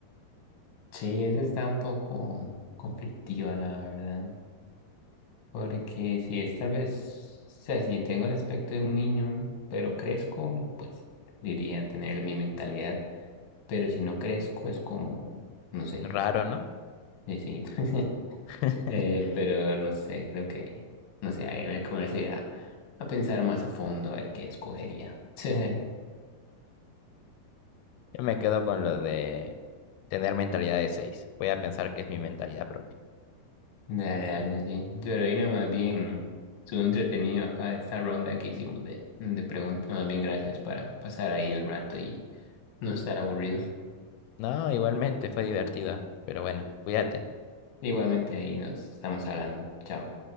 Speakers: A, on the left (about 60°); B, on the left (about 80°).
A: Sí, esa está un poco conflictiva, la verdad. Porque si es tal vez, o sea, si tengo el aspecto de un niño, pero crezco, pues diría tener mi mentalidad. Pero si no crezco, es como, no sé,
B: Raro, ¿no?
A: sí, sí. <laughs>
B: <laughs>
A: Eh, pero no sé, creo que, no sé, ahí voy a comenzar a, a pensar más a fondo a ver qué escogería. <laughs>
B: Yo me quedo con lo de tener mentalidad de 6. Voy a pensar que es mi mentalidad propia.
A: Dale, dale, sí. Pero ahí nada más bien, estuvo entretenido acá esta ronda que hicimos de, de preguntas, más bien gracias para pasar ahí el rato y no estar aburrido.
B: No, igualmente fue divertido, pero bueno, cuídate.
A: Igualmente ahí nos estamos hablando. Chao.